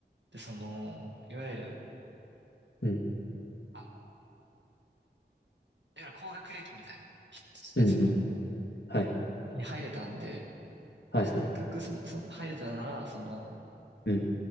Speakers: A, on the right (about 80°); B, on the left (about 75°).
A: で、その、いわゆる、
B: うん。
A: あの、いわゆる高学歴みたいな人たちの、
B: うんうん。はい。
A: に入れたんで、
B: はいはい。
A: せっかくその、そ、入れたなら、その、
B: うん。